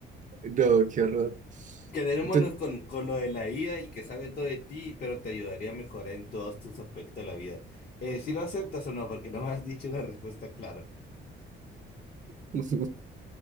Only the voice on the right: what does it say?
No, qué horror.
Tú-
<laughs> Es